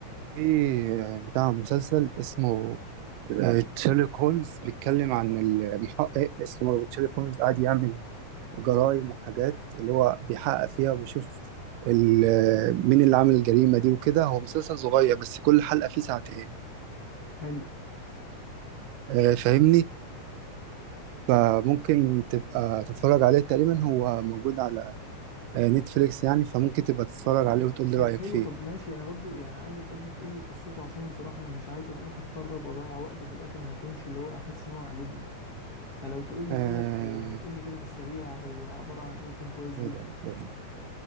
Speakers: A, on the right (about 85°); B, on the left (about 75°).
A: في بتاع مسلسل اسمه آه، تشيرلوك هولمز بيتكلم عن المحقق اسمه تشيرلوك هولمز قاعد يعمل جرائم وحاجات اللي هو بيحقق فيها وبيشوف ال- آه، مين اللي عمل الجريمة دي وكده هو مسلسل صغير بس كل حلقة فيه ساعتين
B: حلو
A: آه، فاهمني فممكن تبقى تتفرج عليه تقريبا هو موجود على آه، نتفليكس يعني فممكن تبقى تتفرج عليه وتقول لي
B: طيب
A: رأيك
B: حلو
A: فيه
B: طب ماشي انا برضو يعني عايزك برضو تقول لي قصته عشان بصراحة انا مش عايز اروح اتفرج واضيع وقت وفي الاخر ما يكونش اللي هو احس ان هو عاجبني فلو تقول لي
A: آه،
B: كده في يعني تقول لي كده في السريع هو عبارة عن ايه يكون كويس جدا
A: إيه ده؟ ده-